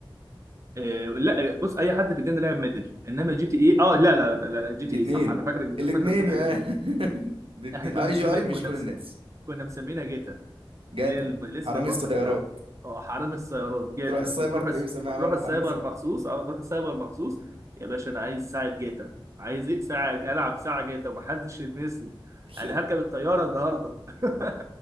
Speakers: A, on the right; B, on the right.
A: آه، لا بص اي حد في الدنيا لعب ميدل انما جي تي اي اه لا لا لا, لا جي
B: الاتنين
A: تي اي صح انا فاكرك بت-
B: الاتنين
A: فاكرك بتقول
B: يا
A: حاجه ثانيه
B: مان. <laughs> الاتنين
A: احنا كنا
B: اي
A: مسمي...
B: جي اي مش
A: كنا
B: كل
A: مس...
B: الناس
A: كنا مسمينها جيتا
B: جاتا
A: اللي هي الم- الاسم
B: حرامي
A: المصري
B: السيارات
A: بتاعها اه حرامي السيارات جيتا
B: تروح السايبر
A: وتروح
B: تلاقيه
A: الس...
B: مسميها
A: وتروح
B: عمال
A: السايبر
B: حرامي السيارات
A: مخصوص اه تروح السايبر مخصوص يا باشا انا عايز ساعه جيتا عايز ايه ساعه العب ساعه جيتا ومحدش يلمسني
B: <laughs>
A: انا هركب الطياره النهارده <laughs>